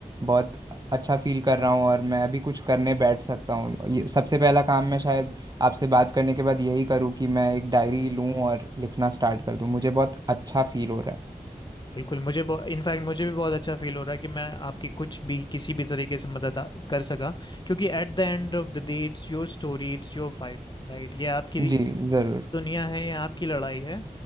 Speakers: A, on the right (about 30°); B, on the left (about 35°).
A: बहुत अच्छा फील कर रहा हूँ और मैं अभी कुछ करने बैठ सकता हूँ ये सबसे पहला काम मैं शायद आपसे बात करने के बाद यही करूँ कि मैं एक डायरी लूँ और लिखना स्टार्ट कर दूँ मुझे बहुत अच्छा फील हो रहा
B: बिल्कुल मुझे इनफैक्ट मुझे भी बहुत अच्छा फील हो रहा है कि मैं आपकी कुछ भी किसी भी तरीके से मदद आ- कर सका क्योंकि at the end of the day it's your story it's your fight right ये आपकी
A: है जी ज़रूर
B: दुनिया है ये आपकी लड़ाई है